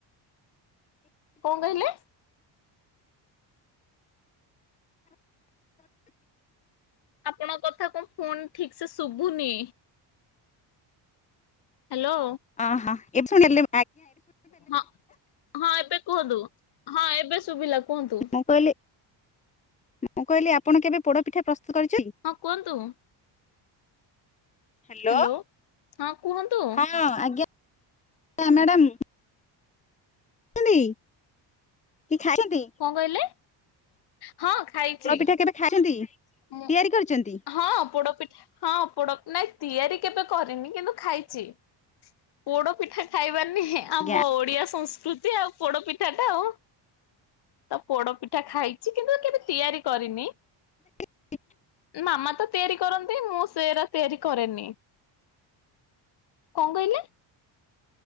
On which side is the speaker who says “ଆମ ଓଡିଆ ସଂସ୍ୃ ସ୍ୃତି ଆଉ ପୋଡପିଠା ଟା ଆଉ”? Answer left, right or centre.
Left